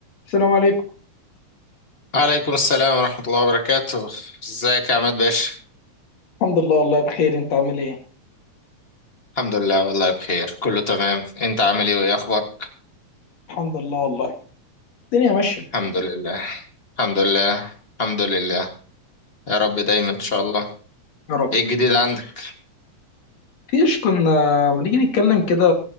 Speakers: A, on the left; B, on the left.
A: السلام عليكم
B: عليكم السلام ورحمة الله وبركاته ازيك يا عماد باشا
A: الحمد لله والله بخير انت عامل ايه
B: الحمد لله والله بخير كله تمام انت عامل ايه وايه اخبارك
A: الحمد لله والله الدنيا ماشيه
B: الحمد لله الحمد لله الحمد لله يا رب دايما ان شاء الله
A: يا رب
B: ايه الجديد عندك
A: فيش كنا ما نيجي نتكلم كده